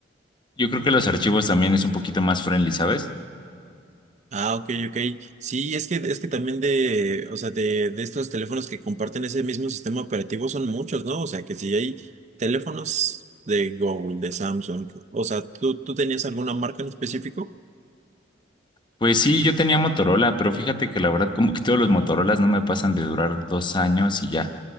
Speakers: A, on the left; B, on the right.
A: Yo creo que los archivos también es un poquito más friendly, ¿sabes?
B: Ah, ok, ok. Sí, es que, es que también de, o sea, de, de estos teléfonos que comparten ese mismo sistema operativo son muchos, ¿no? O sea, que si hay teléfonos de Google, de Samsung, o sea, ¿tú, tú tenías alguna marca en específico?
A: Pues sí, yo tenía Motorola, pero fíjate que la verdad como que todos los Motorolas no me pasan de durar dos años y ya.